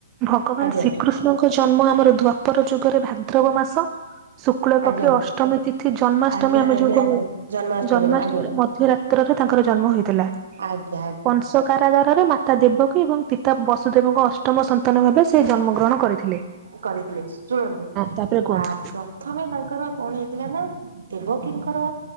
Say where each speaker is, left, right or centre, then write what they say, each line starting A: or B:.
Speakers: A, on the right; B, on the right.
A: ଭଗବାନ
B: ଆଜ୍ଞା
A: ଶ୍ରୀକୃଷ ନ ଙ୍କ ଜନ୍ମ ଆମର ଦ୍ୱାପର ଯୁଗରେ ଭାଦ୍ରବ ମାସ। ଶୁକ୍ଳ ପକ୍ଷ
B: ଆଜ୍ଞା
A: ଅଷ୍ଟମୀ ତିଥି ଜନ୍ମାଷ୍ଟମୀ
B: ଆଜ୍ଞା
A: ଆମେ
B: ଆଜ୍ଞା
A: ଯୋଉ କହୁ।
B: ଆଜ୍ଞା
A: ଜନ୍ମାଷ୍ଟମୀରେ
B: ଆଜ୍ଞା
A: ମଧ୍ୟରାତ୍ରରେ ତାଙ୍କର ଜନ୍ମ ହୋଇଥିଲା।
B: ଆଜ୍ଞା ଆଜ୍ଞା।
A: କଂସ କାରାଗାରରେ ମାତା ଦେବକୀ ଏବଂ ପିତା ବସୁଦେବଙ୍କ ଅଷ୍ଟମ ସନ୍ତାନ ଭାବେ ସେ ଜନ୍ମଗ୍ରହଣ କରିଥିଲେ।
B: କରିଥିଲେ ଶୁଣନ୍ତୁ
A: ତାପରେ କୁହନ୍ତୁ।
B: ବା ପ୍ରଥମେ ତାଙ୍କର କଣ ହେଇଥିଲା ନା ଦେବକୀଙ୍କର